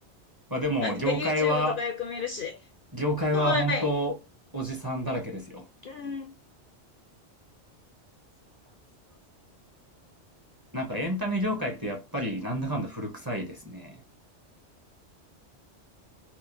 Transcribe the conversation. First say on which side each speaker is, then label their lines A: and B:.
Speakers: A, on the right; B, on the left.
A: まあ、でも、
B: なんか
A: 業界は、
B: YouTube とかよく見るし。
A: 業界は本当、
B: はい。
A: おじさんだらけですよ。
B: うん。
A: なんかエンタメ業界ってやっぱりなんだかんだ古臭いですね。